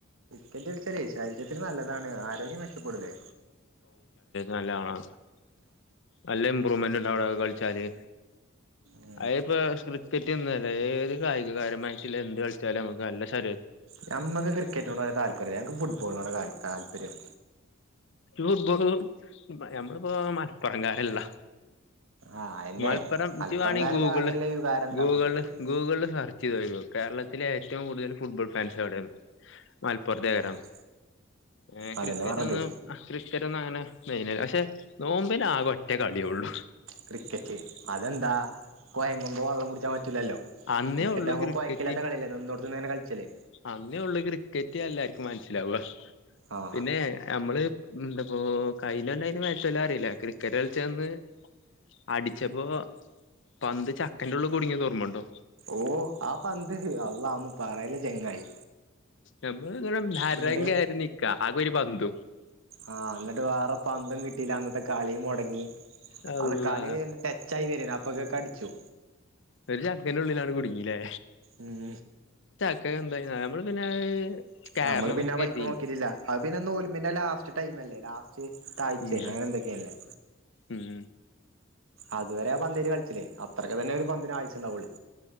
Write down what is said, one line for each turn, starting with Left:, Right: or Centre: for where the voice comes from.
Right: കെറ്റൽച്ചരി ശരീരത്തിന് നല്ലതാണ് ആരോഗ്യം മെച്ചപ്പെടൂലേ
Left: നല്ലതാണ് നല്ല ഇമ്പ്രൂവ്മെന്റ് ഉണ്ട അവിടെ കളിച്ചാല്
Right: ഉ
Left: അപ്പ ക്രിക്കറ്റ്ന്നല്ല ഏത് കായികരമായിട്ടില്ല എന്ത് കളിച്ചാലും നമ്മുക്ക് നല്ല ശര
Right: ഞമ്മുക്ക് ക്രിക്കറ്റിനോട് വരെ താല്പര്യംില്ല ഞങ്ങക്ക് ഫുട്ബോളിനോട് താല്പര്യം
Left: ഫുട്ബോൾ മ്മളിപ്പോ മലപ്പുറകാരല്ലാ
Right: ആഹ് അയെന്നെ
Left: മലപ്പുറംു
Right: മലപ്പുറംകാർക്ക്
Left: വവാണെങ്കിൽ ഗൂഗിള്
Right: ആകെല്ല വികാരം എന്താ
Left: ഗൂഗിള്
Right: ഫുട്ബോള്
Left: ഗൂഗിള് സെർച്ച് ചെയ്ത്ോോ കേരളത്തിലെ ഏറ്റവും കൂടുതൽ ഫുട്ബോൾ ഫാൻസ് അവിടെരുന്നു മലപ്പുറത്തെഗരം
Right: ആഹ്
Left: ഏ
Right: അതന്നെ
Left: ക്രിക്കറ്റ്
Right: പറഞ്ഞതേ
Left: ഒന്ന് ക്രിക്കറ്റ് ഒന്നും അങ്ങനെ നെയയിന പക്ഷെ നോമ്പിന ആകും ഒറ്റേ കളിയള്ളു
Right: ക്രരിക്കെറ്റ്ിൽ അതന്ത കോഴങ്ങുമ്പോ വെള്ളം കുടിക്കാൻ പറ്റലല്ലോ
Left: അന്നേ
Right: ക്രിക്കറ്റ്
Left: ഉള്ളു
Right: ആകുമ്പോ
Left: ക്രിക്കറ്റ്
Right: കോഴക്കല്ലാത്ത കളല്ല നിന്നോടത്തന്ന്ങ്ങനെ കളിച്ചല്ലേ
Left: അന്നേ ഉള്ള ക്രിക്കറ്റ് എല്ലർക്കും മനസ്സിലാവ
Right: ആഹ്
Left: പിന്നെ നമ്മള് എന്തപ്പോൊ കഴനല്ല അതിന് മത്തെല്ലും അറിയില്ല ക്രിക്കറ്റ് കളിച്ചന്ന് അടിച്ചപ്പോ പന്ത് ചക്കന്റെ ഉള്ള കുടുങ്ങിയ തഓർമ്മുണ്ടോ
Right: ഓ ആ പന്ത് അള്ള ഒന്ന് പറയല ചെങ്ങായി
Left: നമ്മള് നാരങ്ക
Right: ഇന്നട്ട്
Left: ആ നിക്ക ആഗ ഒരു പതുു
Right: ആഹ എന്നിട്ട് വേറെ പന്തം കിട്ടില്ല അന്നത്തെ കളിയും മുടങ്ങി
Left: അള്ളാ
Right: അത് കളി ഒന്ന് ടച്ച ആായി വരന അപ്പൊൊക്കെ കടിച്ചു
Left: ഒരു ചക്കറെ ഉള്ളിലാണ് കുടുങ്ങില്ലേ
Right: ഉം
Left: ഒക്കെ എന്താ നമ്മള് പിന്നെ കയറണംന്നൊക്കെ
Right: നമ്മള് പിന്നെ ബൈക്ക്
Left: കരുതിയില്ലേ
Right: നോക്കിട്ടില്ല അ പിന്നെ നോല്ിന്റെ ലാസ്റ്റ് ടൈം അല്ലേ ലാസ്റ്റ് തഴ്
Left: ഉം
Right: അങ്ങനെ ക്കല്ലേ
Left: ഉം
Right: അതുവരെ ആ പന്തേ് കളിച്ചില്ലേ അത്രക്കെ തന്നെ ഒരു പന്തിന് ആവശ്യുണ്ടാവുള്ളി